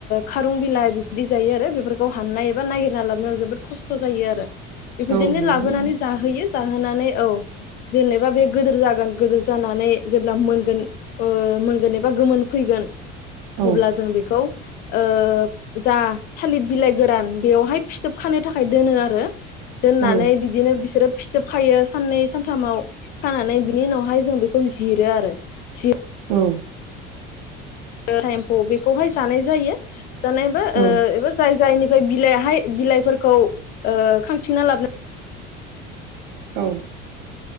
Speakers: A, on the left; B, on the right.
A: खारुं बिलाइ बेफोरदि जायो आरो बेफोरखौ हाननाय एबा नागिरना लाबोनो जोबोद खस्थ जायो आरो बेफोरदिनो
B: औ नंगौ
A: लाबोनानै जाहोयो जाहोनानै औ जेनेब बा बे गोदोर जागोन गोदोर जानानै जेब्ला मोनगोन ओ मोनगोन एबा गोमोन फैगोन
B: औ
A: अब्ला जों बेखौ ओ जा थालिर बिलाइ गोरान बेवहाय फिथोब खानो थाखाय दोनो आरो दोननानै
B: औ
A: बिदिनो बिसोरो फिथोबखायो साननै सानथामाव। खानानै बिनि उनावहाय जों बेखौ जिरो आरो जिर
B: औ
A: थाइम्फ' बेखौहाय जानाय जायो जानायबो
B: औ
A: ओ जाय जायनि ओमफ्राय बिलाइहाय बिलाइफोरखौ ओ खांथिना लाबोना
B: औ